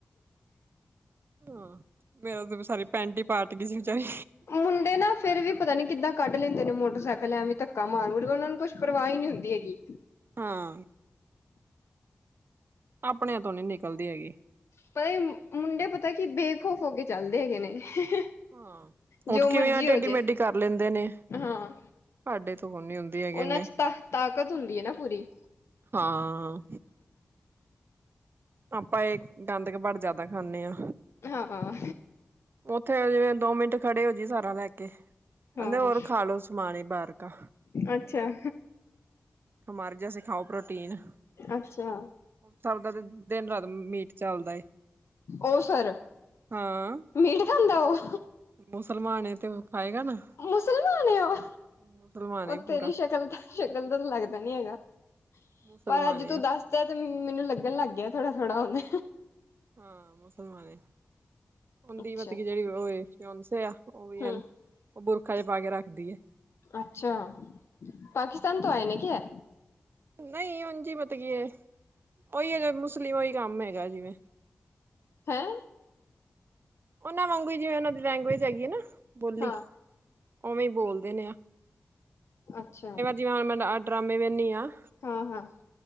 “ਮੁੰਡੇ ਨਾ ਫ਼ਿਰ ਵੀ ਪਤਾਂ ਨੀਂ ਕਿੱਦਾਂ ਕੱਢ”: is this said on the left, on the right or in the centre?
Left